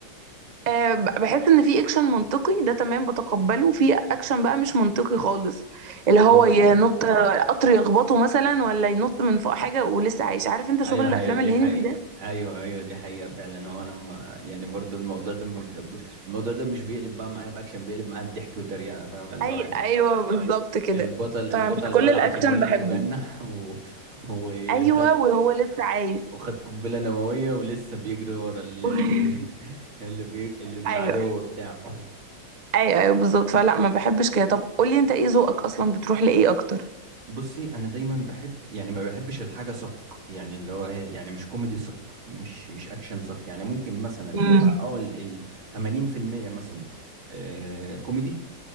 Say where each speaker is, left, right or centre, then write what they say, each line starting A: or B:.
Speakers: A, on the right; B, on the right.
A: آه، ب- بحس ان في اكشن منطقي ده تمام بتقبله وفي اكشن بقى مش منطقي خالص اللي
B: اه
A: هو ينط
B: يعني
A: آه، قطر يخبطه مثلا ولا ينط من فوق حاجه ولسه عايش عارف انت
B: ايوه
A: شغل الافلام
B: هي دي
A: الهندي
B: حقيقة
A: ده
B: ايوه ايوه دي حقيقة فعلا هو انا ما يعني برضه الموضوع ده ما بحبوش الموضوع ده مش بيقلب بقى معايا باكشن بيقلب معايا بضحك وتريقة فاهم اللي
A: اي
B: هو
A: ايوه بالظبط كده
B: البطل البطل
A: فمش كل
B: بلعه
A: الاكشن
B: تنين
A: بحبه
B: مجنح <laughs> و... وخد
A: ايوه وهو لسه عايش
B: وخد قنبلة نووية ولسه بيجري ورا ال-
A: <laughs>
B: اللي بي... <laughs> اللي بي... اللي بالعدو
A: ايوه
B: بتاعه
A: ايوه ايوه بالظبط فلا ما بحبش كده طب قولي انت ايه ذوقك اصلا بتروح لايه اكتر
B: بصي انا دايما بحب يعني ما بحبش الحاجة صك يعني اللي هو ايه يعني مش كوميدي صك مش مش اكشن صك يعني ممكن مثلا
A: امم
B: يبقى اه ال ال- 80% مثلا آه كوميدي